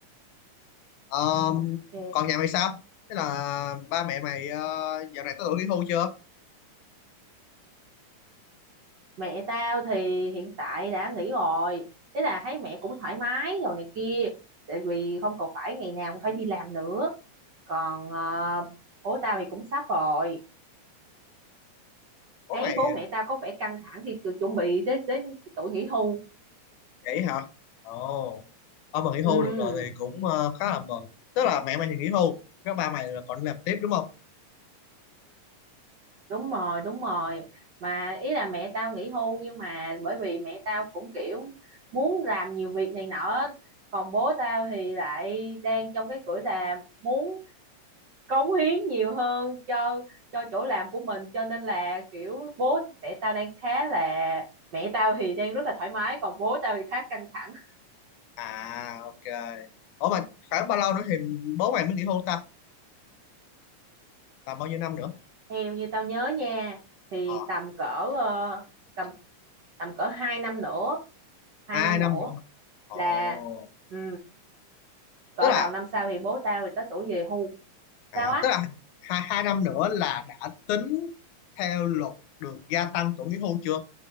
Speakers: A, on the left; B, on the right.
A: Ờm,
B: Ok.
A: còn nhà mày sao thế là ba mẹ mày ờ, dạo này có tuổi nghỉ hưu chưa
B: Mẹ tao thì hiện tại đã nghỉ rồi. Thế là thấy mẹ cũng thoải mái rồi này kia. Tại vì không còn phải ngày nào cũng phải đi làm nữa còn ờ, bố tao thì cũng sắp rồi
A: bố
B: thấy
A: mày
B: bố mẹ tao có vẻ căng thẳng khi kiểu chuẩn bị đến, đến tuổi nghỉ hưu
A: Vậy hả? Ồ. Ông mà nghỉ hưu
B: ừ
A: được rồi thì cũng ờ, khá là mừng. Tức là mẹ mày thì nghỉ hưu, các ba mày là còn đi làm tiếp đúng không?
B: đúng rồi đúng rồi mà ý là mẹ tao nghỉ hưu nhưng mà bởi vì mẹ tao cũng kiểu muốn làm nhiều việc này nọ á. còn bố tao thì lại đang trong cái tuổi là muốn cống hiến nhiều hơn cho cho chỗ làm của mình cho nên là kiểu bố mẹ tao đang khá là mẹ tao thì đang rất là thoải mái còn bố tao thì khá căng thẳng
A: À ok. Ủa mà khoảng bao lâu nữa thì bố mày mới nghỉ hưu ta? Tầm bao nhiêu năm nữa?
B: Theo như tao nhớ nha thì
A: Ờ,
B: tầm cỡ ờ, tầm tầm cỡ hai năm nữa hai
A: hai
B: năm
A: năm
B: nữa
A: nữa. Ồ.
B: là ừ, cỡ
A: Tức là
B: đầu năm sau thì bố tao thì tới tuổi về hưu
A: à,
B: sao á
A: tức là hai, hai năm nữa là đã tính theo luật được gia tăng tuổi nghỉ hưu chưa?